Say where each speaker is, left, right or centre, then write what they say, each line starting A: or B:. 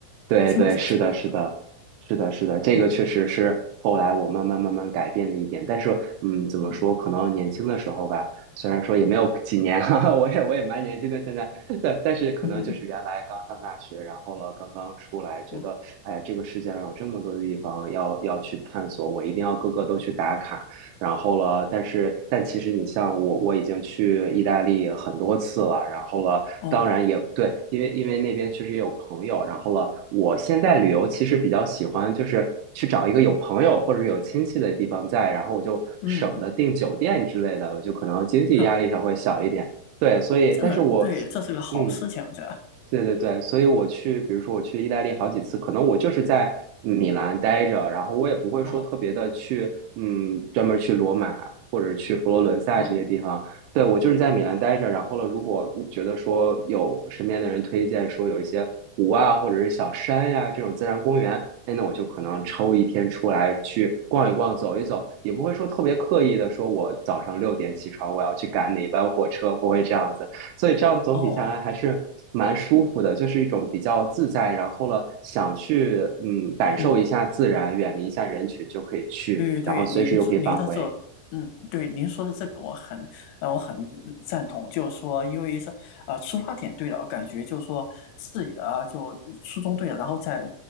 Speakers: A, on the right; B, on the left.
A: 对对，
B: 就是这种，
A: 是的，是的，是的，是的，这个确实是后来我慢慢慢慢改变的一点。
B: 嗯
A: 但是，嗯，怎么说？
B: 嗯
A: 可能年轻的时候吧，虽然说也没有几年，<laughs> 哈哈，我也我也蛮年轻的现在，<laughs> 对，但是可能就是原来刚上大学，
B: 嗯嗯
A: 然后了刚刚出来，觉得哎呀，
B: 嗯，
A: 这个世界上有这么多的地方要要去探索，我一定要各个都去打卡。然后了，但是但其实你像我，我已经去意大利很多次了，然后了，
B: 哦，
A: 当然也对，因为因为那边确实也有朋友，然后了，我现在旅游其实比较喜欢就是去找一个有朋友或者有亲戚的地方在，然后我就省得订酒店之类的，
B: 嗯，
A: 我就可能经济压力上会小一点。
B: 哼，
A: 对，所以但是我，
B: 这对，这是个好事情，
A: 嗯。
B: 这，
A: 对对对，所以我去，比如说我去意大利好几次，可能我就是在米兰待着，然后我也不会说特别的去，
B: 哦，
A: 嗯，专门去罗马或者去佛罗伦萨这些地方。
B: 嗯。
A: 对，我就是在米兰待着，然后呢，如果觉得说有身边的人推荐说有一些湖啊，或者是小山呀、这种自然公园，哎，那我就可能抽一天出来去逛一逛、走一走，也不会说特别刻意的说我早上六点起床，我要去赶哪班火车，不会这样子。所以这样总体下来还是蛮舒服的，
B: 哦，
A: 就是一种比较自在，然后了想去嗯感受一下自然，
B: 嗯，
A: 远离一下人群就可以去，
B: 对对，
A: 然后随时又可以返回。
B: 您这您的这，嗯，对，您说的这个我很，呃，我很赞同，就是说，因为是，呃，出发点对了，感觉就是说自己的啊就初衷对了，然后在